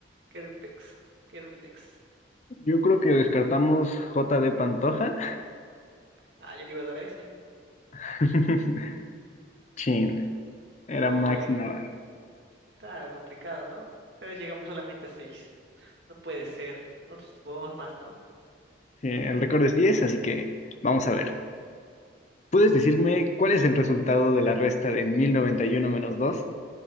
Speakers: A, on the right; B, on the left.
A: Kerbex, Kerlex.
B: Yo creo que descartamos J.D. Pantoja.
A: Ah, yo le iba a dar a ese.
B: <laughs> Chin, era
A: No,
B: Max
A: eh,
B: Navarro.
A: está complicado, ¿no? Pero llegamos solamente a seis. No puede ser. Nosotros podemos más, ¿no?
B: Sí, el récord es diez así que vamos a ver. ¿Puedes decirme cuál es el resultado de la resta de 1091 menos dos